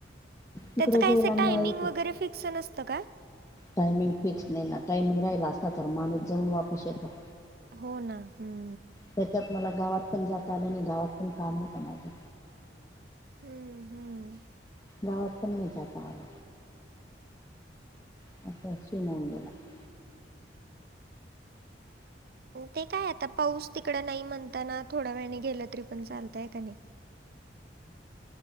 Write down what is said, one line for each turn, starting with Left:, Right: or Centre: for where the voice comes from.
Left: इकडे
Right: त्याचं काय
Left: जाईल
Right: असं
Left: आणि
Right: टायमिंग
Left: नळ
Right: वगैरे फिक्स नसतं का?
Left: टायमिंग फिक्स नाही ना टायमिंग राहिला असता तर मानुस जाऊन वापस येतो.
Right: हो ना हम्म.
Left: त्याच्याच मला गावात पण जाता आल आणि गावात पण काम होतं माझं.
Right: हम्म हम्म.
Left: गावात पण नाही जात आल. <unintelligible> गेला.
Right: ते काय आता पाऊस तिकडं नाही म्हणताना थोड्या वेळने गेलं तरी पण चालतय का नाही?